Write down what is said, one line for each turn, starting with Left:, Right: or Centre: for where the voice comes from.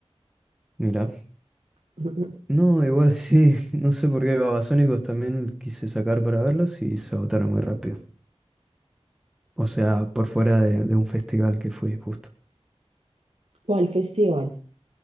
Centre: mira.
Right: <laughs>
Centre: No, igual sí, <laughs> no sé por qué Babasónicos también quise sacar para verlos y se agotaron muy rápido. O sea, por fuera de, de un festival que fui justo.
Right: ¿Cuál festival?